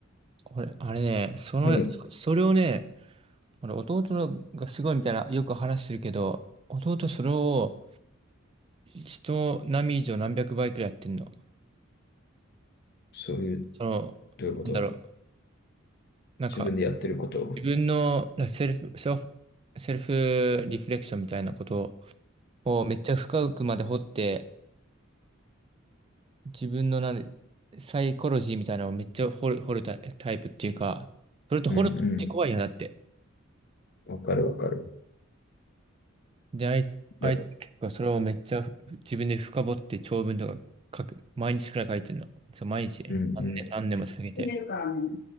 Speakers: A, on the right; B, on the left.
A: 俺、あれね、その、
B: 多分、
A: それをね、俺弟のがすごいみたいな、よく話してるけど、弟それを人並み以上何百倍くらいやってんの。
B: そういう、
A: その、
B: どういうこと
A: なんだろう。なんか
B: 自分でやってることを。
A: 自分のらセルフ、セルフ、セルフリフレクションみたいなことをめっちゃ深くまで掘って、自分のなんサイコロジーみたいなのをめっちゃ掘る、掘るタイタイプっていうか、それと掘るのって怖いよなって。
B: うんうん。わかるわかる。
A: で、あいあい結構それをめっちゃ自分で深掘って長文とか書く、
B: だ
A: 毎日くらい書いてるの。そう、毎日ね。
B: うんうん。
A: 何年何年も続けて。
B: 入れるからね。